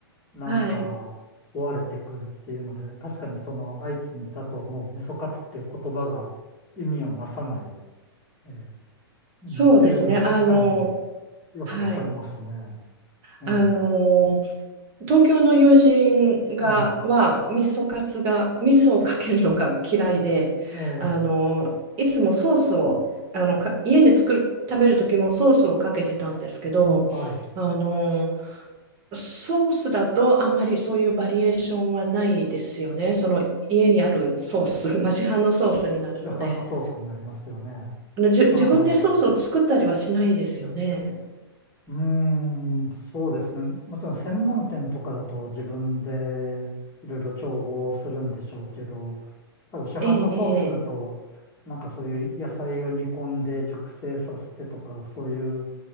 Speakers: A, on the left (about 20°); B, on the right (about 30°).
A: なんか、
B: はい。
A: 壊れてくるっていうので、確かにその愛知にいたともう味噌カツっていう言葉が意味をなさない、えーうんっていうのは確かに
B: そうですね。あの、
A: よくわかりますね。
B: はい。
A: えー
B: あの、東京の友人がは味噌カツが味噌をかけるのが嫌いであのいつもソースをあのか家で作る食べる時もソースをかけてたんですけどあの
A: うん。えーはい。
B: ソースだとあんまりそういうバリエーションはないですよねその家にあるソース、<laughs> まあ、市販のソースになるので
A: 市販のソースになりますよね。
B: あのじゅ自分でソースを作ったりはしないですよね。
A: あの、うーん、そうですね。もちろん専門店とかだと自分でいろいろ調合するんでしょうけど、多分市販のソースだと、
B: ええええ
A: なんかそういう野菜を煮込んで熟成させてとか、そういう、